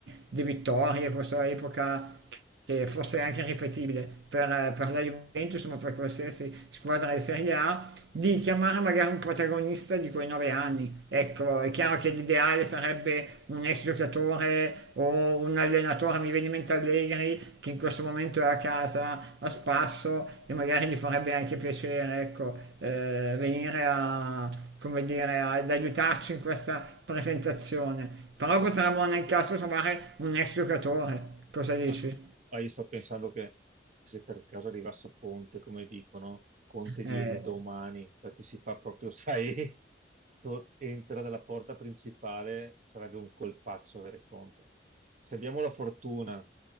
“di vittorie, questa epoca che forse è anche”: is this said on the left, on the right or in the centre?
Right